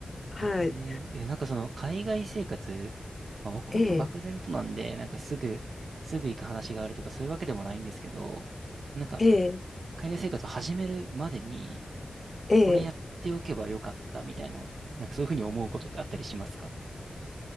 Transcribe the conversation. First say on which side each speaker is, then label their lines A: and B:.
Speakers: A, on the left; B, on the right.
A: はい、
B: えー、え、なんかその、海外生活、まあ、僕ほんと漠然となんで、
A: ええ、
B: なんかすぐ、すぐ行く話があるとか、そういうわけでもないんですけど、なんか、
A: ええ、
B: 海外生活を始めるまでに、
A: ええ。
B: これやっておけばよかったみたいな、なんかそういうふうに思うことってあったりしますか